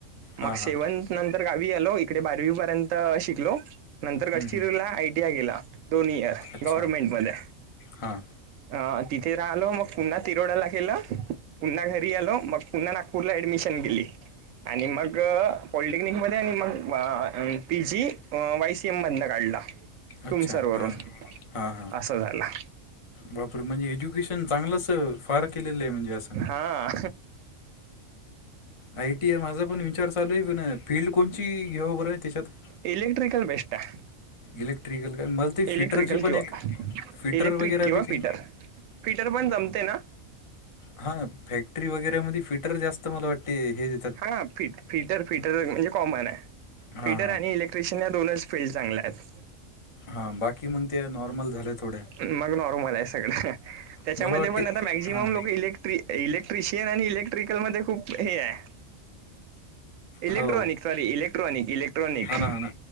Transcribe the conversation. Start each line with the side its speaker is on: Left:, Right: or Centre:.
Right: मग
Left: हां
Right: सेव्हनथ
Left: हां
Right: नंतर गावी आलो इकडे बारावी पर्यंत शिकलो नंतर
Left: हम्म, हम्म.
Right: पूरला आयटीआय केला दोन इयर
Left: अच्छा
Right: गव्हर्नमेंट मध्ये.
Left: हां
Right: अ तिथे राहिलो मग पुन्हा तिरोडाला केलं. पुन्हा घरी आलो मग पुन्हा नागपूरला ऍडमिशन गेली आणि मग पॉलिटेक्निक मध्ये आणि मग पी जी वायसीएम मधन काढला.
Left: अच्छा
Right: तुमसर वरून
Left: हां हां हां
Right: असं झालं.
Left: बापरे म्हणजे एज्युकेशन चांगलंच फार केलेलं आहे म्हणजे असं.
Right: हा.
Left: आयटीआय माझा पण वि चार चालू फील्ड कोणची घेऊ बर त्याच्यात?
Right: इलेक्ट्रिकल बेस्टआय.
Left: इलेक्ट्रिकल काय मला ते
Right: इलेक्ट्रिकल
Left: फिटरची पण
Right: किंवा
Left: एक फिटर
Right: इलेक्ट्रिक
Left: वगैरे
Right: किंवा
Left: बी ची-
Right: पीटर पीटर पण जमते ना?
Left: हा फॅक्टरी वगैरे मध्ये फिटर जास्त मला वाटते हे दे
Right: हा फि फिटर फिटर म्हणजे कॉमन आहे
Left: हां
Right: फिटर आणि इलेक्ट्रिशियन या दोनच फील्ड चांगल्या आहेत
Left: हा बाकी मण त्या नॉर्मल झाल्या. थोड्या
Right: मग नॉर्मल आहे सगळं त्याच्यामध्ये
Left: मला वाटते
Right: पण आता मॅक्झिमम
Left: हां
Right: लोक इले इलेक्ट्रिशियन आणि इलेक्ट्रिकल मध्ये खूप हे आहे. इलेक्ट्रॉनिक
Left: हो
Right: सॉरी इलेक्ट्रॉनिक इलेक्ट्रॉनिक
Left: हो ना हो ना